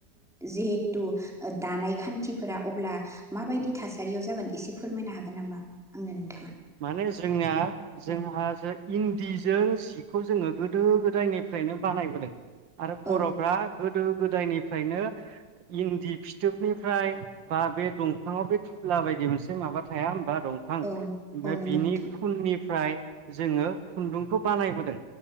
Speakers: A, in the centre; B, on the right.
A: जिहेथु दानाय खान्थिफोरा अब्ला माबायदि
B: उम
A: थासारियाव जागोन? एसे फोरमायनो हागोन नामा? आंनो नोंथाङा
B: माने जोंना जोंहा
A: औ
B: जे इन्दि जों सिखौ जोङो गोदो गोदायनिफ्रायनो बानायबोदों आरो
A: औ
B: बर'फ्रा गोदो गोदायनि फ्रायनो इन्दि फिथोबनिफ्राय बा बे दंफाङाव बे टुला बायदि मोनसे माबा थाया होनोमबा दं बे
A: औ औ नंगौ
B: बिनि
A: नोंथां
B: खुननि निफ्राय जोङो खुन्दुंखौ बानायबोदों।